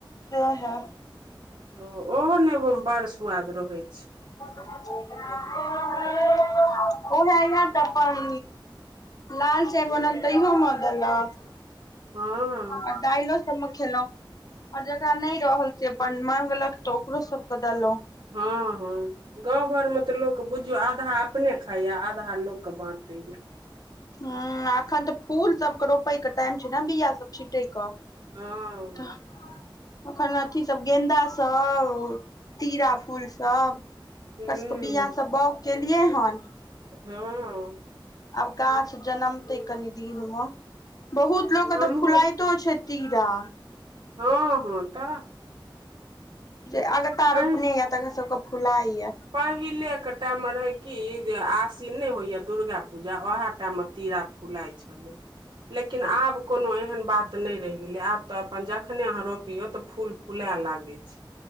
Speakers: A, on the left; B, on the right.
A: उहे, हँ।
B: ओ ओहो ने बड़ सुआाद रहै छै।
A: को <unintelligible> उह यए तऽ, अपन लाल चाय बनल तहियोमे देलक।
B: हँ
A: ओ दाललो <unintelligible> खेलों आर जेकरा नै रहल, से अपन मांगलक तऽ ओकरो सब के देलहुं।
B: हँ-हँ गाँव घर में तऽ लोक बुझियौ आधा अपने खाइया, आधा लोक के बाँटैया।
A: हँ एखन तऽ फूल सबके रोपयके टाइम छै ने, बिया सब छिटय कऽ।
B: हँ हूँ
A: तऽ ओखन अथी सब, गेन्दा सब, तीरा फूल सब।
B: हँ
A: ओकर सबके बिआ सब बाओग केलियैहन
B: हँ
A: आब गाछ जनमतै कनि दिन मे, बहुत लोको
B: हमहूँ
A: के तऽ फुलात तो छैय तीरा।
B: हँ हँ तऽ।
A: जे अगता
B: पहि
A: रोपने यऽ तकर सबके फुलाइया।
B: पहिलेके टाइममे रहै कि जे आसिन नै होइए दुर्गा पूजा उएह टा मे तीरा फुलाय छेलै। लेकिन आब कोनो एहन बात नै रहि गेलै, आब त अपन जखने अहाँ रोपियो त फूल फूला लागै छै।